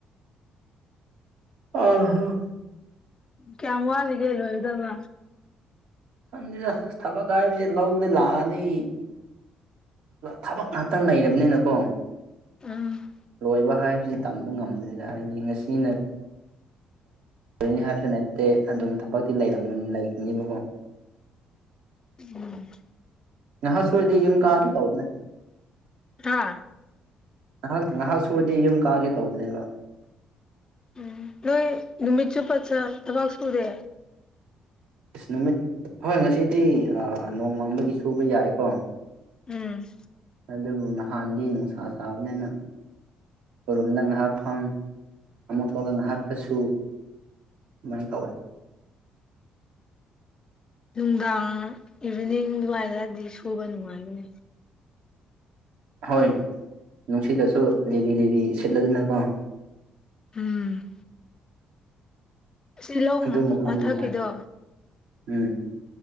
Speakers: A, on the right; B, on the left.
A: ꯑ
B: ꯀꯃ ꯂꯤꯒꯦ ꯂꯣ ꯑꯣꯏꯗꯕ
A: ꯁꯟꯗꯗ ꯊꯕꯛ ꯍꯥꯏꯁꯦ ꯂꯧꯗ ꯂꯥꯛꯑꯗꯤ ꯊꯕꯛ ꯉꯍꯥꯛꯇꯪ ꯂꯩꯔꯕꯅꯤꯅꯀꯣ
B: ꯎꯝ
A: ꯂꯣꯏꯕ ꯍꯥꯏꯕꯁꯤꯗꯤ ꯇꯝꯕ ꯉꯝꯗꯦꯅ ꯍꯥꯏꯕꯗꯤ ꯉꯁꯤꯅ ꯅꯤ ꯍꯥꯏꯕꯁꯨ ꯅꯠꯇꯦ ꯑꯗꯨꯝ ꯊꯕꯛꯇꯤ ꯂꯩꯈꯤꯅꯤꯕꯀꯣ
B: ꯎꯝ
A: ꯅꯍ ꯁꯨꯔꯗꯤ ꯌꯨꯝ ꯀꯥꯒꯦ ꯇꯧ ꯃ
B: ꯍꯥ
A: ꯉꯥꯏꯍꯥꯛ ꯉꯥꯏꯍꯥꯛ ꯁꯨꯔꯗꯤ ꯌꯨꯝ ꯀꯥꯒꯦ ꯇꯧꯕꯅꯦꯕ
B: ꯎꯝ ꯅꯣꯏ ꯅꯨꯃꯤꯠ ꯆꯨꯞꯄꯆ ꯊꯕꯥꯛꯁꯨꯨꯗꯦ
A: ꯑꯁ ꯅꯨꯃꯤꯠ ꯍꯣꯏ ꯉꯁꯤꯗꯤ ꯅꯣꯡꯃꯪ ꯑꯃꯒꯤꯒꯤ ꯁꯨꯕ ꯌꯥꯏꯀꯣ
B: ꯎꯝ
A: ꯑꯗꯨꯕꯨ ꯅꯍꯥꯟꯗꯤ ꯅꯨꯡꯁ ꯁꯥꯕꯅꯦꯅ ꯑꯩꯔꯣꯝꯗ ꯉꯥꯏꯍꯥꯛ ꯐ ꯑꯃꯛ ꯊꯣꯛꯑꯒ ꯉꯥꯏꯍꯥꯛꯈ꯭ꯔꯁꯨ ꯃꯅꯤ ꯈꯋꯥꯦ
B: ꯅꯨꯡꯗꯥꯡ ꯏꯚꯤꯅꯤꯡ ꯑꯗꯨꯋꯥꯏꯔꯑꯗꯤ ꯁꯨꯕ ꯅꯨꯡꯉꯥꯏꯒꯅꯤ
A: ꯍꯣꯏ ꯅꯨꯡꯁꯤꯗꯁꯨ ꯂꯤꯕꯤ ꯂꯤꯕꯤ ꯁꯤꯠꯂꯗꯅꯀꯣ
B: ꯎꯝ ꯇꯤꯜꯍꯧ
A: ꯑꯗꯨ ꯃꯇꯥꯡꯗ
B: ꯃꯊꯛꯀꯤꯗꯣ
A: ꯅꯨꯡꯉꯥꯏ ꯎꯝ